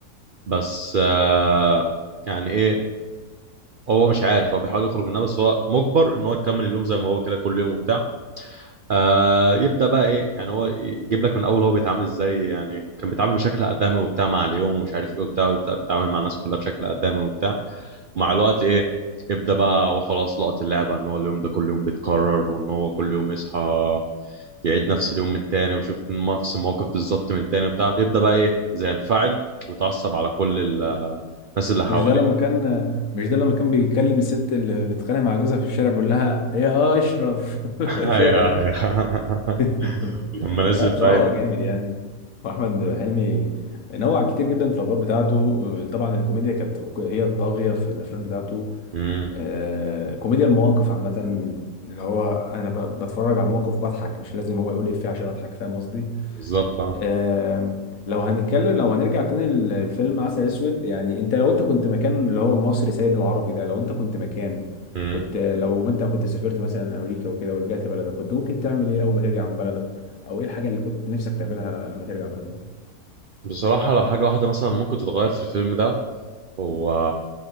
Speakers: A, on the right; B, on the left.
A: بس آه يعني ايه هو مش عارف هو بيحاول يخرج منها بس هو مجبر ان هو يكمل اليوم زي ما هو كده كل يوم وبتاع آه يبدا بقى ايه يعني هو يجيب لك من الاول هو بيتعامل ازاي يعني كان بيتعامل بشكل ادمي وبتاع مع اليوم ومش عارف ايه وبتاع ويبدا بيتعامل مع الناس كلها بشكل ادمي وبتاع ومع الوقت ايه يبدا بقى هو خلاص لقط اللعبه ان هو اليوم ده كل يوم بيتكرر وان هو كل يوم يصحى يعيد نفس اليوم من تاني ويشوف نفس الموقف بالظبط من تاني وبتاع يبدا بقى ايه زي ينفعل ويتعصب على كل الناس اللي حواليه
B: مش ده لما كان مش ده لما كان بيكلم الست اللي بتتخانق مع جوزها في الشارع بيقول لها ايه يا اشرف <laughs>
A: <laughs> ايوه
B: مش هو ده
A: ايوه
B: <laughs>
A: <laughs> لما نزل
B: لا بصراحة
A: بقى
B: هو جامد يعني وأحمد حلمي نوع كتير جدا في الأدوار بتاعته طبعا الكوميديا كانت هي الطاغية في الأفلام بتاعته
A: امم
B: آه، كوميديا المواقف عامة اللي هو أنا ب- بتفرج على الموقف بضحك مش لازم هو يقول إفيه عشان أضحك فاهم قصدي
A: بالظبط اه
B: آم، لو هنتكلم لو هنرجع تاني لفيلم عسل اسود يعني انت لو انت كنت مكان اللي هو مصري سيد العربي ده لو انت كنت مكانه
A: امم
B: كنت لو انت كنت سافرت مثلا امريكا وكده ورجعت بلدك كنت ممكن تعمل ايه اول ما ترجع من بلدك او ايه الحاجه اللي كنت نفسك تعملها لما ترجع بلدك
A: بصراحة لو حاجة واحدة مثلا ممكن تتغير في الفيلم ده هو